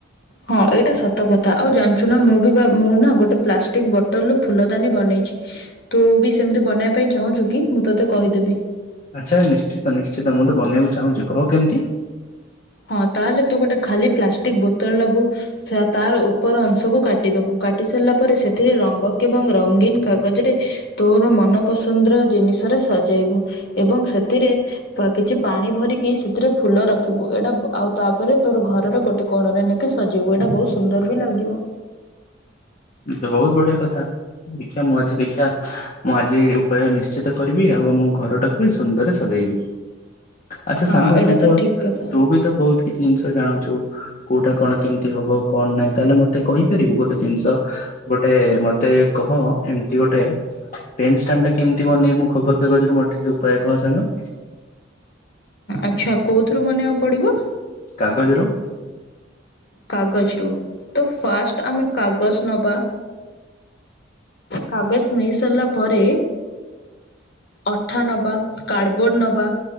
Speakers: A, on the left; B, on the left.
A: ହଁ ଏଇଟା ସତ କଥା ଆଉ ଜାଣିଛୁ ନା ମୁଁ ବି ମୁଁ ନା ଗୋଟେ ପ୍ଲାଷ୍ଟିକ ବୋଟଲରୁୁ ଫୁଲଦାନୀ ବନେଇଛି। ତୁ ବି ସେମିତି ବନେଇବା ପାଇଁ ଚାହୁଁଛୁ କି ମୁଁ ତୋତେ କହିଦେବି।
B: ଆଚ୍ଛା ନିଶ୍ଚିତ ନିଶ୍ଚିତ ମୁଁ ତ ବନେଇବାକୁ ଚାହୁଁଛି କହ କେମିତି?
A: ହଁ ତାହେଲେ ତୁ ଗୋଟେ ଖାଲି ପ୍ଲାଷ୍ଟିକ ବୋତଲ ନବୁ। ତାର ଉପର ଅଂଶକୁ କାଟିଦବୁ କାଟି ସାରିଲା ପରେ ସେଥିରେ ରଙ୍ଗ କି ଏବଂ ରଙ୍ଗୀନ କାଗଜରେ ତୋର ମନ ପସନ୍ଦର ଜିନିଷରେ ସଜେଇବୁ ଏବଂ ସେଥିରେ କିଛି ପାଣି ଭରିକି ସେଥିରେ ଫୁଲ ରଖିବୁ। ଏଇଟା ଆଉ ତାପରେ ତୋର ଘର ରେ ଗୋଟେ କୋଣରେ ନେଇକି ସଜେଇବୁ ଏଇଟା ବହୁତ ସୁନ୍ଦର ବି ଲାଗିବ।
B: ଏଇ ତ ବହୁତ ବଢ଼ିଆ କଥା। ଦେଖିବା ମୁଁ ଆଜି ଦେଖିବା ମୁଁ ଆଜି ଉପାୟ ନିଶ୍ଚିତ କରିବି, ଆଉ ଆମ ଘରଟାକୁ ବି ସୁନ୍ଦର ସଜେଇବି। ଆଚ୍ଛା
A: ହଁ
B: ସାଙ୍ଗ
A: ଏଇଟା
B: ତୁ ତ
A: ଠିକ୍ କଥା।
B: ତୁ ବି ତ କହୁଥିଲୁ କିଛି ଜିନିଷ ଜାଣୁଛୁ, କୋଉଟା କଣ କେମିତି ହବ କଣ ନାହିଁ ତାହେଲେ ମତେ କହିପାରିବୁ ଗୋଟେ ଜିନିଷ ଗୋଟେ ମତେ କହ ଏମିତି ଗୋଟେ ପେନ ଷ୍ଟାଣ୍ଡ ଟା କେମିତି ବନେଇବି ମୁଁ ଖବର କାଗଜରୁ ମୋର ଟିକେ ଉପାୟ କହ ସାଙ୍ଗ?
A: ଆଚ୍ଛା କୋଉଥିରୁ ବନେଇବାକୁ ପଡ଼ିବ?
B: କାଗଜରୁ
A: କାଗଜରୁୁ, ତ ଫାଷ୍ଟ ଆମେ କାଗଜ ନବା କାଗଜ ନେଇ ସାରିଲା ପରେ। ଅଠା ନବା କାର୍ଡ଼ବୋର୍ଡ ନବା